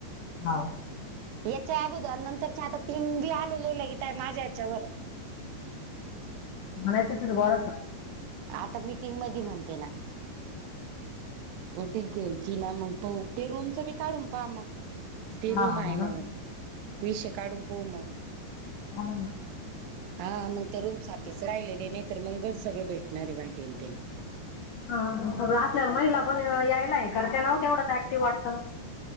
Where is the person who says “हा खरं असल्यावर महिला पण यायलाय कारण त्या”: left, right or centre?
Left